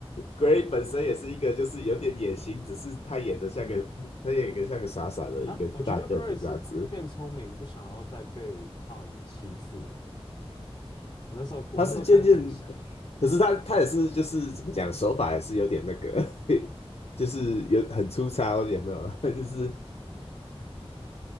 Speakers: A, on the left (about 80°); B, on the left (about 40°).
A: g r e y 本身也是一个就是有点野心，只是他演的像个他演一个像个傻傻的一个大个子这样子。
B: 啊，我觉得 Grace 是变聪明，不想要再被 Tom 欺负了欸我那时候，我那时候开始这样想啊。
A: 他是渐渐，可是他他也是就是怎么讲，手法也是有点那个，<laughs> 就是有很粗糙，有没有？<laughs> 就是